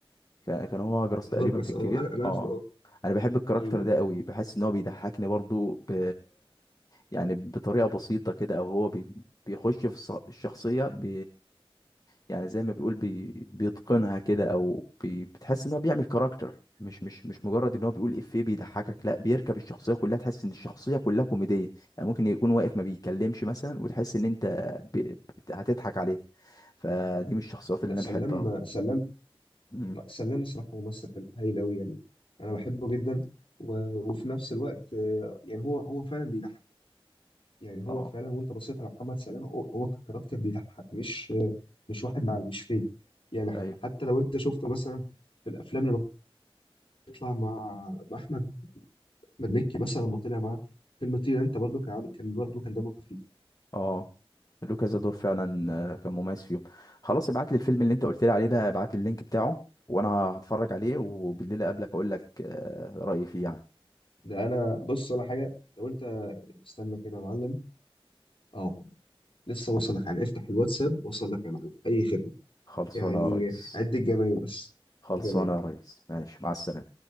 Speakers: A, on the left (about 40°); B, on the left (about 65°).
A: كان كان هو هجرس
B: هاجرس
A: تقريبا في الكبير
B: اه انا انا
A: اه
B: عارفه اه
A: انا بحب الكاركتر
B: ايوه أيوة.
A: ده قوي بحس ان هو بيضحكني برضه ب... يعني بطريقة بسيطة كده او هو بي... بيخش في الص- الشخصية ب... يعني زي ما بيقول بي... بيتقنها كده او بي... بتحس ان هو بيعمل كاركتر مش مش مش مجرد ان هو بيقول افيه بيضحكك لا بيركب الشخصيه كلها تحس ان الشخصيه كلها كوميديه يعني ممكن يكون واقف ما بيتكلمش مثلا وتحس ان انت ب... بت- هتضحك عليه فدي من الشخصيات اللي
B: لا
A: انا
B: سلام
A: بحبها برضه.
B: سلام
A: امم
B: لا، سلام الصراحة ممثل حلو- هايل قوي يعني انا بحبه جدا و... وفي نفس الوقت آه، يعني هو هو فعلا بيضحك يعني هو
A: اه
B: فعلا وانت بصيت على محمد سلام هو هو كاركتر بيضحك مش آه، مش واحد معاه مش فيك يعني ح-
A: ايوه
B: حتى لو انت شفته مثلا في الافلام لما يطلع مع مع احمد احمد مكي مثلا لما طلع معاه فيلم طير انت برضو كان عامل- كان برضو كان دمه خفيف
A: اه لوكا دور فعلا آه، كان مميز فيهم خلاص ابعت لي الفيلم اللي انت قلت لي عليه ده ابعت لي اللينك بتاعه وانا هتفرج عليه وبالليل اقابلك اقول لك آه، رايي فيه يعني
B: ده انا بص على حاجه لو انت استنى كده يا معلم اهو لسه وصل لك يعني افتح الواتساب وصل لك يا معلم اي خدمه
A: خلصانه
B: يعني
A: يا ريس
B: عد الجمايل بس
A: خلصانه
B: جمايل
A: يا ريس ماشي مع السلامه